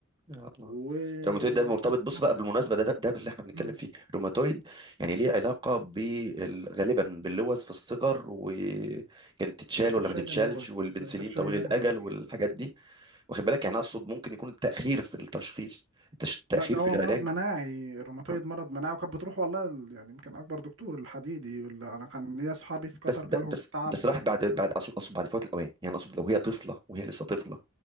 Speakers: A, on the right; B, on the right.
A: يا الله
B: وقعدت
A: ده الروماتويد ده مرتبط بص
B: سنة
A: بقى
B: تقريبا
A: بالمناسبه ده ده, ده اللي احنا بنتكلم
B: مم.
A: فيه الروماتويد يعني ليه علاقه بال- غالبا باللوز في الصغر وكانت تتشال
B: هي كانت
A: ولا
B: شايلة
A: ما تتشالش
B: اللوز
A: والبنسلين
B: لا كانت شايلاها
A: طويل الاجل
B: أصلا
A: والحاجات دي واخد بالك يعني اقصد ممكن يكون التاخير في التشخيص التش- التاخير
B: لا ده
A: في
B: هو
A: العلاج
B: مرض مناعي الروماتويد
A: آه.
B: مرض مناعي وكانت بتروح والله ال- يعني يمكن أكبر دكتور الحديدي اللي أنا كان ليا أصحابي في قطر
A: بس ب-
B: جالهم
A: بس
B: تعب
A: بس
B: ف...
A: راح بعد بعد اقصد اقصد بعد فوات الاوان يعني اقصد لو هي طفله وهي لسه طفله